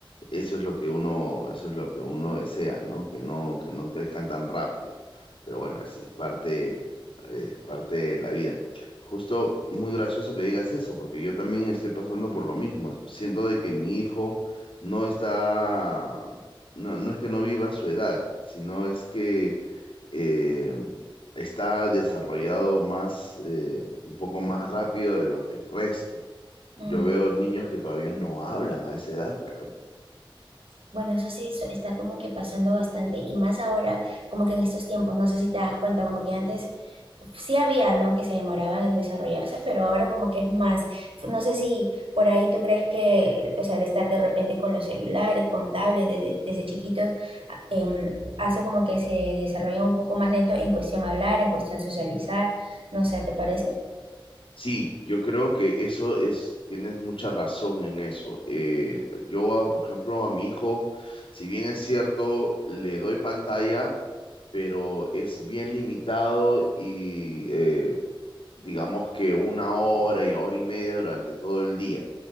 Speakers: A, on the left; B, on the right.
A: eso es lo que uno, eso es lo que uno desea, ¿no? Que no, que no crezcan tan rápido. Pero bueno, eso es parte, es parte de la vida. Justo muy gracioso que digas eso, porque yo también estoy pasando por lo mismo. Siento de que mi hijo no está, no, no es que no viva su edad, sino es que eh, está desarrollado más, eh, un poco más rápido de lo que el resto.
B: Mm.
A: Yo veo niños que todavía no hablan a esa edad, por ejemplo.
B: Bueno, eso sí so- está como que pasando bastante y más ahora, como que en estos tiempos, no sé si te das cuenta, como que antes sí había, ¿no? Que se demoraban en desarrollarse, pero ahora como que es más, no sé si por ahí tú crees que, o sea, el estar de repente con los celulares, con tablets desde, desde chiquitos, a- em, hace como que se desarrollan un poco más lento en cuestión hablar, en cuestión socializar, no sé, ¿te parece?
A: Sí, yo creo que eso es, tienes mucha razón en eso. Eh, yo, a- por ejemplo, a mi hijo, si bien es cierto, le doy pantalla, pero es bien limitado y eh, digamos que una hora y hora y media durante todo el día.